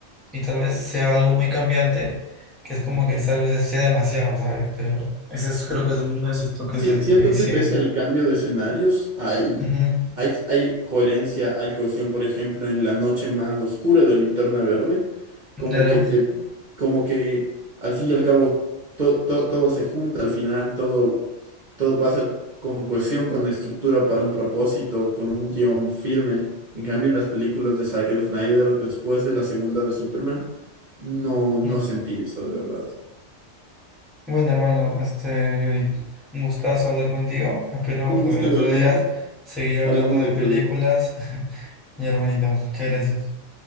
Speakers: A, in the centre; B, on the right.
A: y tal vez sea algo muy cambiante, que es como que tal vez sea demasiado, ¿sabes? Pero ese es- creo que es uno de esos toques
B: Sí,
A: de,
B: siento
A: de DC.
B: que pese al cambio de escenarios, hay,
A: Ujú,
B: hay, hay coherencia, hay cohesión, por ejemplo, en la noche más oscura de Linterna Verde, como
A: claro.
B: que te, como que al fin y al cabo to- to- todo se junta al final, todo, todo pasa con cohesión, con estructura para un propósito, con un guión firme. En cambio, en las películas de Zack Snyder, después de la segunda de Superman, no, no
A: Mm.
B: sentí eso de verdad.
A: Bueno, hermano, este, Yuri, un gustazo hablar contigo. Espero
B: Un
A: poder
B: gusto
A: otro
B: igualmente.
A: día seguir hablando
B: Hablamos
A: de
B: otro
A: películas.
B: día.
A: <laughs> Mi hermanito, muchas gracias.